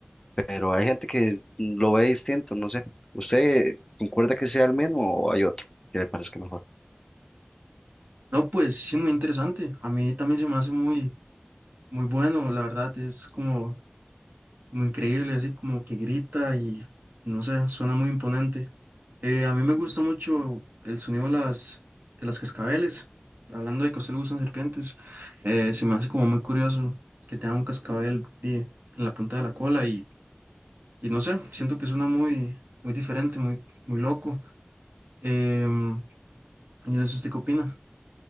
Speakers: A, on the left; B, on the right.
A: Pero hay gente que lo ve distinto, no sé. ¿Usted concuerda que sea el mismo o hay otro que le parezca mejor?
B: No, pues sí, muy interesante. A mí también se me hace muy, muy bueno, la verdad, es como, como increíble, así como que grita y no sé, suena muy imponente. Eh, a mí me gusta mucho el sonido de las, de las cascabeles. Hablando de que a usted le gustan serpientes, eh, se me hace como muy curioso que tenga un cascabel eh, en la punta de la cola y, y no sé, siento que suena muy, muy diferente, muy, muy loco. Em, yo no sé usted qué opina.